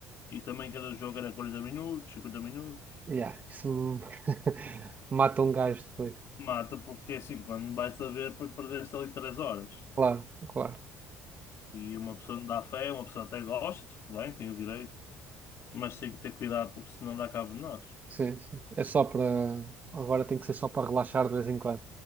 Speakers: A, on the left (about 55°); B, on the right (about 30°).
A: e também cada jogo era 40 minutos, 50 minutos.
B: Yeah, isso <laughs> mata um gajo depois.
A: Mata, porque é assim, quando vais a ver, per- perdeste ali 3 horas.
B: Claro, claro.
A: E uma pessoa não dá fé, uma pessoa até gosta, tudo bem, tem o direito, mas tem que ter cuidado porque senão dá cabo de nós.
B: Sim, sim. É só para. Agora tem que ser só para relaxar de vez em quando.